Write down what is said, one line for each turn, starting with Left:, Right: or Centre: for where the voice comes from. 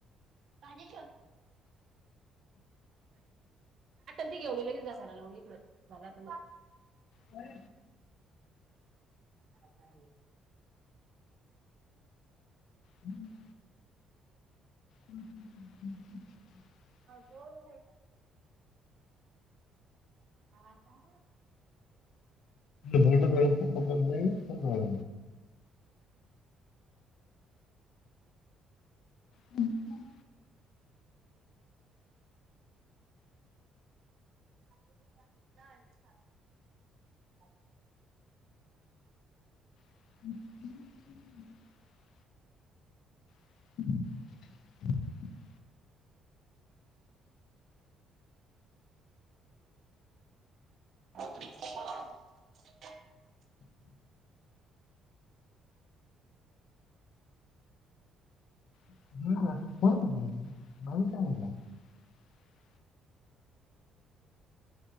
Right: पाडाट घेऊन लगेच ग ाला मग इ झाला त
Left: बर
Right: ह का
Left: हम् <unintelligible> <inaudible> हम्म हम्म हम् ह् ह <unintelligible> <inaudible>
Right: हो <unintelligible> <inaudible> हा का
Left: बरड वेळे संप कपळ हम्म
Right: <unintelligible> <inaudible>
Left: ह <unintelligible> <inaudible> <unintelligible>
Right: <unintelligible>
Left: <inaudible>